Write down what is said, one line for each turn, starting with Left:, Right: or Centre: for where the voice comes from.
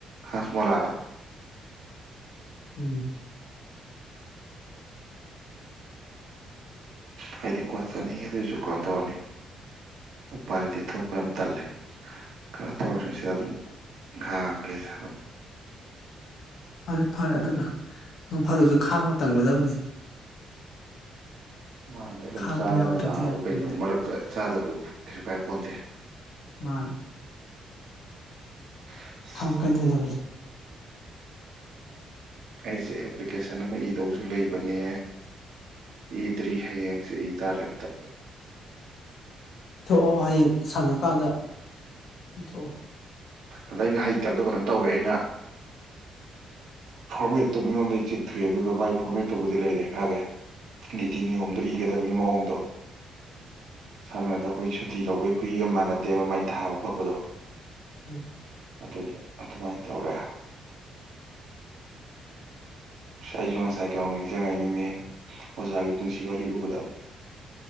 Right: ꯍꯥꯁꯃꯂꯥꯔꯥ
Left: ꯎꯝ
Right: ꯊ ꯎꯀ ꯆꯠꯅꯤꯡꯉꯤ ꯑꯗꯨꯑꯣꯏꯁꯨ ꯀꯩꯅꯣ ꯇꯧꯔꯅꯤ ꯎꯄꯥꯥꯂꯤꯇꯤ ꯊꯣꯛꯄ ꯌꯥꯝ ꯇꯜꯂꯦ ꯀꯩꯅꯣ ꯇꯧꯔꯅꯤ ꯁꯤꯗ ꯑꯗꯨꯝ ꯈꯥꯡꯒꯦꯁ ꯑꯗꯨꯝ
Left: ꯐꯔꯦ ꯐꯔꯦ ꯑꯗꯨꯅ ꯅꯣꯡ ꯐꯥꯗꯁꯨ ꯈꯥꯡꯕ ꯇꯝꯒꯗꯕꯅꯤ
Right: ꯃꯥꯅꯦ ꯑꯗꯨꯝ
Left: ꯈꯥꯡꯕ
Right: ꯆꯥꯗꯅ
Left: ꯌꯥꯎꯗ꯭ꯔꯗꯤ
Right: ꯂꯥꯛꯑꯕ
Left: ꯌꯥꯄꯣꯟꯇꯦ
Right: ꯀꯩꯅꯣ ꯃꯔꯛꯇ ꯆꯥꯗꯕꯁꯨ ꯀꯩꯁꯨ ꯀꯥꯏ ꯄꯣꯟꯗꯦ
Left: ꯃꯥ
Right: ꯑꯁ
Left: ꯈꯝ ꯀꯒꯗꯕꯦ
Right: ꯑꯩꯁꯦ ꯑꯦꯄ꯭ꯂꯤꯀꯦꯁꯟ ꯑꯃ ꯏꯗꯧꯁꯨ ꯂꯩꯕꯅꯦ ꯏꯗ꯭ꯔꯤ ꯍꯌꯦꯡꯁꯦ ꯏ ꯇꯥꯔꯦ ꯑꯝꯇ
Left: ꯊꯣꯛꯑꯣ ꯍꯌꯦꯡ ꯁꯪꯉꯀꯥꯟꯗ ꯏꯊꯣ
Right: ꯑꯗ ꯑꯩꯅ ꯍꯩꯇꯕꯗꯣ ꯀꯩꯅꯣ ꯇꯧꯏꯦ ꯑꯩꯅ ꯐꯣꯔꯃꯦꯠꯇꯨ ꯃꯤꯉꯣꯟꯗꯩ ꯆꯤꯡꯊꯣꯛꯏꯑꯦ ꯑꯗꯨꯒ ꯃꯒꯤ ꯐꯣꯔꯃꯦꯠꯇꯨꯕꯨꯗꯤ ꯂꯩꯔꯦ ꯈꯥꯒꯦ ꯅꯤꯤ ꯅꯤꯌꯣꯝꯗꯨ ꯏꯒ ꯌꯥꯗꯕꯒꯤ ꯃꯑꯣꯡꯗꯣ ꯁꯝꯅꯔꯕꯗ ꯑꯩꯈꯣꯏ ꯁꯨꯇꯤ ꯂꯧꯕꯩ ꯈꯨꯏꯒ ꯃꯥꯟꯅꯗꯦꯕ ꯃꯥꯏ ꯊꯥꯕ ꯈꯣꯠꯄꯗꯣ
Left: ꯎꯝ
Right: ꯑꯗꯨꯒꯤ ꯑꯗꯨꯃꯥꯏꯅ ꯇꯧꯔꯦ ꯑ ꯑꯩꯁꯨ ꯉꯁꯥꯏ ꯀꯩꯅꯣ ꯅꯤꯡꯁꯤꯡꯉꯩꯅꯤꯅꯦ ꯑꯣꯖꯥꯒꯤ ꯄꯨꯟꯁꯤ ꯋꯥꯔꯤ ꯎꯕꯗ